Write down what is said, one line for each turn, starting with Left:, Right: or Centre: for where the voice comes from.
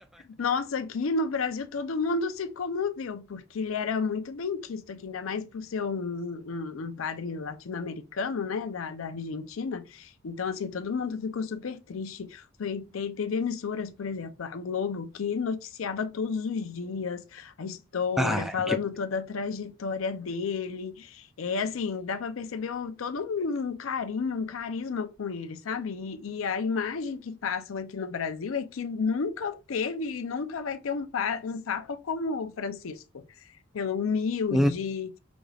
Left: nossa, aqui no Brasil todo mundo se comoveu, porque ele era muito bem quisto aqui, ainda mais por ser um, um, um padre latino-americano, né, da, da Argentina. Então, assim, todo mundo ficou super triste. Foi, te- teve emissoras, por exemplo, a Globo, que noticiava todos os dias a história,
Centre: Ah,
Left: falando
Centre: que
Left: toda a trajetória dele. É assim, dá para perceber o- todo um carinho, um carisma com ele, sabe? E, e a imagem que passam aqui no Brasil é que nunca teve e nunca vai ter um, pa- um papa como o Francisco, pelo humilde,
Centre: um